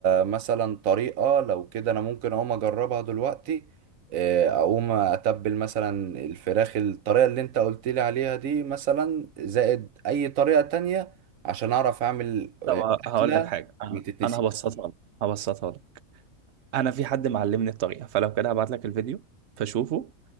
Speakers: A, on the right; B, on the right.
A: مثلا طريقة لو كده أنا ممكن أقوم أجربها دلوقتي آه، أقوم أتبل مثلا الفراخ الطريقة اللي أنت قلت لي عليها دي مثلا زائد أي طريقة تانية عشان أعرف أعمل آه،
B: طب ه-
A: أكلة
B: هقول لك حاجة أنا
A: متتنسيش
B: أنا هبسطها لك هبسطها لك أنا في حد معلمني الطريقة فلو كده هبعت لك الفيديو فشوفه